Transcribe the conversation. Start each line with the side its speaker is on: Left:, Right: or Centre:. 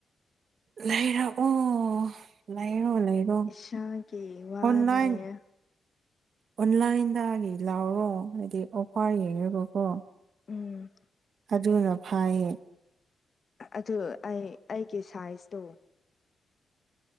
Right: ꯂꯩꯏꯔꯛꯎ ꯂꯩ ꯂꯩꯔꯣ ꯂꯩꯔꯣ
Left: ꯏꯁꯥꯒꯤ ꯋꯥꯅꯦ
Right: ꯑꯣꯟꯂꯥꯏꯟ ꯑꯣꯟꯂꯥꯏꯟꯗꯒꯤ ꯂꯥꯎꯔꯣ ꯍꯥꯏꯗꯤ ꯑꯣꯐꯔ ꯌꯦꯡꯉꯒꯀꯣ
Left: ꯎꯝ
Right: ꯑꯗꯨꯅ ꯐꯥꯏꯌꯦ
Left: ꯑꯗꯨ ꯑꯩ ꯑꯩꯒꯤ ꯁꯥꯏꯖꯇꯣ